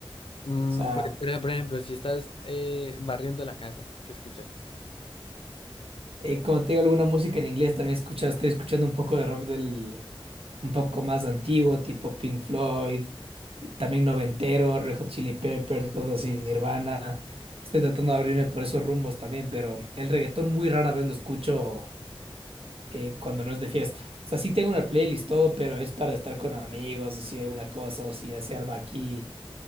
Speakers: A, on the left; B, on the right.
A: Mm,
B: O sea,
A: por, pero, por ejemplo, si estás eh, barriendo la casa, ¿qué escuchas?
B: eh, como te digo, alguna música en inglés también escucha, estoy escuchando un poco de rock del, un poco más antiguo, tipo Pink Floyd, también noventero, Red Hot Chili Peppers, cosas así, Nirvana. Estoy tratando de abrirme por esos rumbos también, pero el reggaetón muy rara vez lo escucho eh, cuando no es de fiesta. O sea, sí tengo una playlist, todo, pero es para estar con amigos, o si alguna cosa, o si ya se arma aquí